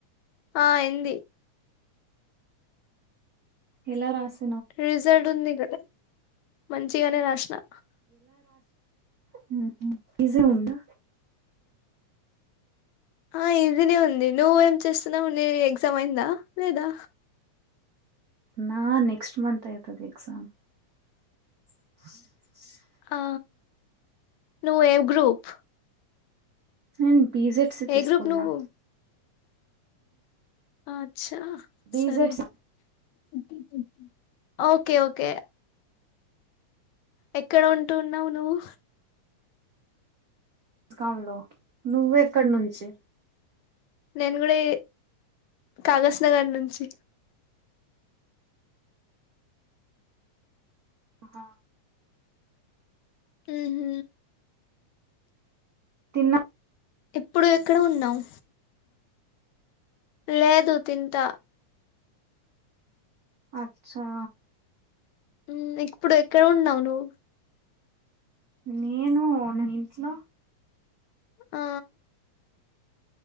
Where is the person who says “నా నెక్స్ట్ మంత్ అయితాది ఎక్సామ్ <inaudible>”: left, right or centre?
Right